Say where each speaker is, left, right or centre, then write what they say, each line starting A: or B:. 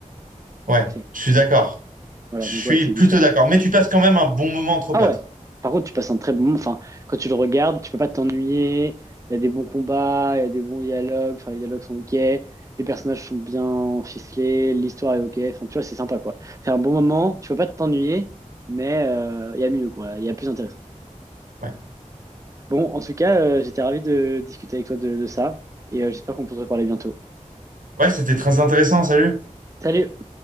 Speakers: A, on the right; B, on the right.
A: Ouais,
B: T'as Capté.
A: je suis d'accord.
B: Voilà,
A: Je suis
B: donc ouais, c'est
A: plutôt
B: différent.
A: d'accord. Mais tu passes quand même un bon moment entre
B: Ah
A: potes.
B: ouais. Par contre, tu passes un très bon moment. Enfin, quand tu le regardes, tu peux pas t'ennuyer. Il y a des bons combats, il y a des bons dialogues. Enfin, les dialogues sont ok. Les personnages sont bien ficelés, l'histoire est ok. Enfin, tu vois, c'est sympa, quoi. C'est un bon moment. Tu peux pas t'ennuyer, mais euh, il y a mieux, quoi. Il y a plus intéressant.
A: Ouais,
B: Bon, en tout cas, euh, j'étais ravi de discuter avec toi de, de ça et euh, j'espère qu'on peut se reparler bientôt.
A: ouais, c'était très intéressant. Salut.
B: Salut!